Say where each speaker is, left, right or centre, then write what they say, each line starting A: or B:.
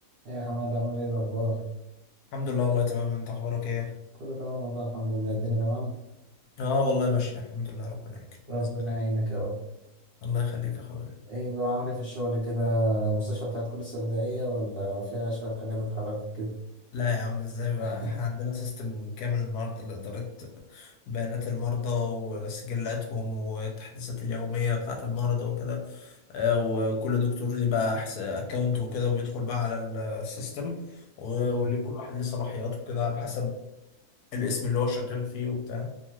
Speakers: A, on the right (about 60°); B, on the left (about 70°).
A: ايه يا حماد عامل ايه الاخبار
B: الحمد لله والله تمام انت اخبارك ايه
A: كله تمام والله الحمد لله الدنيا تمام
B: اه والله ماشية الحمد لله ربنا يكرم باذن
A: ربنا
B: الله
A: يعينك يا رب
B: الله يخليك يا اخويا
A: ايه بقى عامل ايه في الشغل كده المستشفى بتاعتكم لسه بدائية ولا فيها شوية حاجات اتحركت كده
B: لا يا عم ازاي بقى
A: <laughs>
B: احنا عندنا سيستم كامل النهارده لإدارة بيانات المرضى وسجلاتهم والتحديثات اليومية بتاعة المرضى وكده اه، وكل دكتور ليه بقى اكونت وكده وبيدخل بقى على السيستم و-
A: مم.
B: وليه كل واحد ليه صلاحياته كده على حسب الاسم اللي هو شغال فيه وبتاع